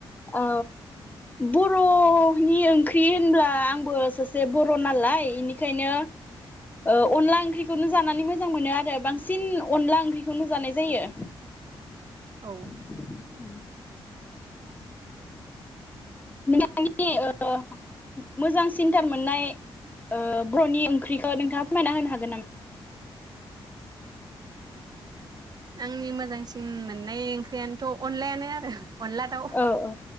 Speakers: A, on the left (about 20°); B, on the right (about 45°).
A: अ बर'नि ओंख्रि होनब्ला आंबो सासे बर' नालाय इनिखायनो ओ अनला ओंख्रिखौनो जानानै मोजां मोनो आरो बांसिन अनला ओंख्रिखौनो जानाय जायो।
B: औ
A: उम नोंथांनि ओ मोजां सिन्थार मोननाय ओ बर'नि ओंख्रिखौ नोंथाङा फोरमायना होनो हागोन नामा?
B: आंनि मोजांसिन मोननाय ओंख्रियानोथ' अनलायानो आरो। अनला दाउ
A: ओ ओ